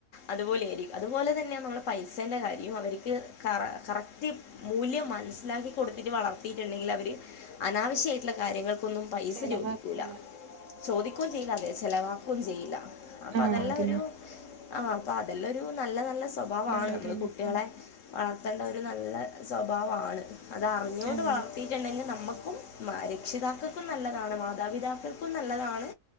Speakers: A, on the left; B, on the right.
A: അതുപോലെരിക്കും അതുപോലെ തന്നെ പൈസ കാര്യ അവക്ക് കറ കറക്റ്റ് മൂല്യം മനസിലാക്കി കൊടുത്തിട്ട് വള ത്തിട്ടുണ്ടേൻക്കില് അവര് അനാവശ്യായിട്ടുള്ള കാര്യങ്ങൾക്കൊന്നും പൈസ
B: ചെലവാക്കൂല
A: ചോദിക്കൂല ചോദിക്കുകയും ചെയ്യില്ല അത് ചെലവാക്കുകയും ചെയ്യില്ല അപ്പൊ
B: ആഹ്
A: അതെല്ലാം
B: അതന്നെ
A: ഒരു ആഹ് അപ്പൊ അതെല്ലാംരു നല്ല നല്ല സ്വഭാവമാണ്
B: കാര്യാണ്
A: നമ്മള് കുട്ടികളെ
B: ഉം
A: വളർത്തേണ്ട ഒരു നല്ല സ്വഭാവമാണ് അതാ
B: അങ്ങനെ
A: വളർത്തിയിട്ടുണ്ടെങ്കിൽ നമ്മ ക്കും രക്ഷിതാക്കൾക്കും നല്ലതാണ് മാതാപിതാക്കൾക്കും നല്ലതാണ്